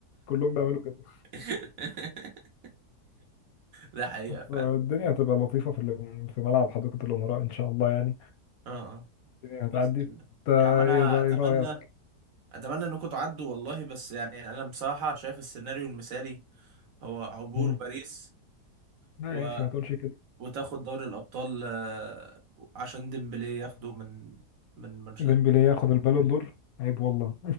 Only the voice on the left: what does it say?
كلهم بيعملوا كده
فالدنيا هتبقى لطيفة في ال- في ملعب حديقة الامراء ان شاء الله يعني
الدنيا هتعدي
انت
ايه بقى
ايه رأيك؟
مم.
لا
يا اخي ما تقولش كده
ديمبلي ياخد البالون دور عيب والله